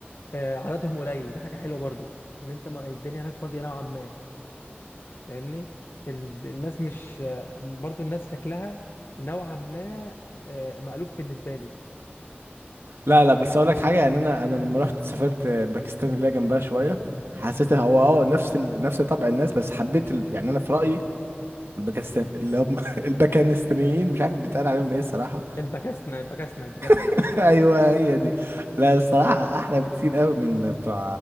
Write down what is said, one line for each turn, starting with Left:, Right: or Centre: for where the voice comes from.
Left: آه، عددهم قليل دي حاجة حلوة برضو ان انت ما الدنيا هناك فاضية نوعا ما فاهمني ال- الناس مش آه، برضو الناس شكلها نوعا ما آه، مألوف بالنسبة لي
Right: لا لا بس اقول لك حاجه يعني انا انا لما رحت سافرت باكستان اللي هي جنبها شويه حسيت هو اه نفس ال... نفس طبع الناس بس حبيت ال... يعني انا في رايي الباكستان اللي هم <laughs> الباكستانيين مش عارف بيتقال عليهم ايه الصراحه
Left: البكاسنة البكاسنة البكاسنة
Right: <laughs> ايوه هي دي لا الصراحه احلى بكتير قوي من بتوع